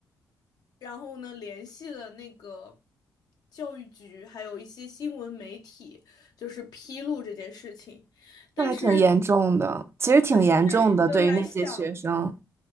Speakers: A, on the left (about 65°); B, on the right (about 35°).
A: 然后呢，联系了那个教育局，还有一些新闻媒体，就是披露这件事情。但是
B: 那还挺严重的，其实挺严重的，
A: 很现实的来想，
B: 对于那些学生，